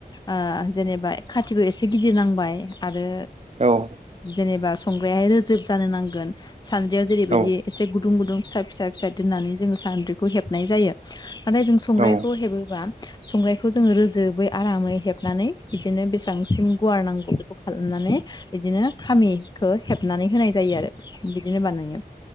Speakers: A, on the left; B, on the right.
A: ओ जेनेबा खाथिखौ एसे गिदिर नांबाय आरो
B: औ
A: जेनेबा संग्रायाहाय रोजोब जानो नांगोन सानद्रियाव जेरैबायदि
B: औ
A: एसे गुद दुं गुदुं फिसा फिसा फिसा दोननानै जोङो सानद्रिखौ हेबनाय जायो नाथाय जों संग्राइखौ
B: औ
A: हेबोबा संग्राइखौ जोङो रोजोबै आरामै हेबनानै बिदिनो बेसेबांसिम गुवार नांगौ बेखौ खालामना नै बिदिनो खामि खौ हेबनानै होनाय जायो आरो बिदिनो बानायो